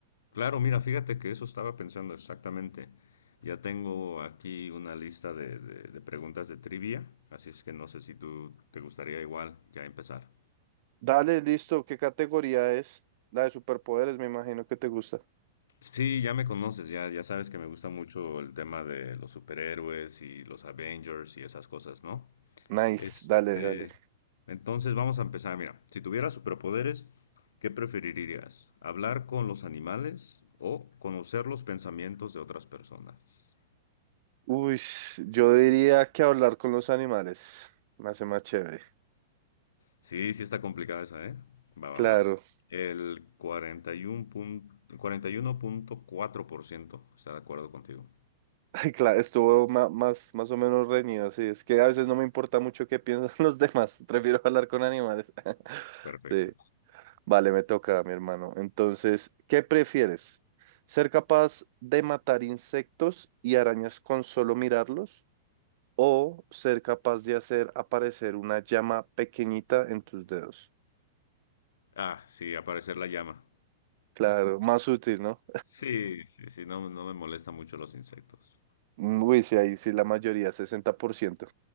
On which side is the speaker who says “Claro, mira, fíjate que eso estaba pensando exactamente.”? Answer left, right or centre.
Left